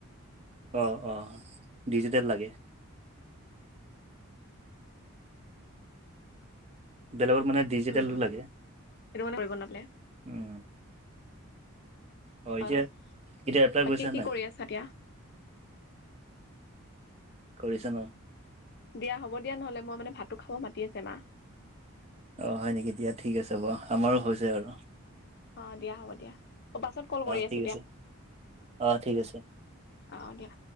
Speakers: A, on the right; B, on the left.
A: অ', অ', ডিজিটেল লাগে বেলেগৰ মানে ডিজিটেলটো
B: উম উম
A: লাগে
B: সেইটো কাৰণে কৰিব নাপালে
A: উম, অ',
B: হয়,
A: এতিয়া
B: হয়,
A: এতিয়া এপ্লাই
B: বাকী
A: কৰিছা
B: কি
A: নাই
B: কৰি আছা এতিয়া?
A: কৰিছা ন '
B: দিয়া হ'ব দিয়া নহলে মানে ভাতটো খাব মাতি আছে মা।
A: অ', হয় নেকি দিয়া ঠিক আছে বাৰু আমাৰো হৈছে আৰু
B: অ', দিয়া হ'ব দিয়া পাছত কল কৰি
A: অ',
B: আছো
A: ঠিক
B: দিয়া।
A: আছে অ', ঠিক আছে।
B: অ', অ', দিয়া।